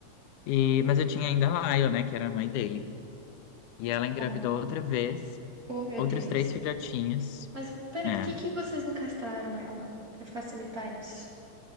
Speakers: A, on the left; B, on the right.
A: E, mas eu tinha ainda a Laila, né, que era a mãe dele. E ela engravidou
B: Ah,
A: outra vez,
B: Oh, meu
A: outros
B: Deus.
A: três filhotinhos.
B: Mas, peraí,
A: é,
B: por que que vocês não castraram ela? Pra facilitar isso.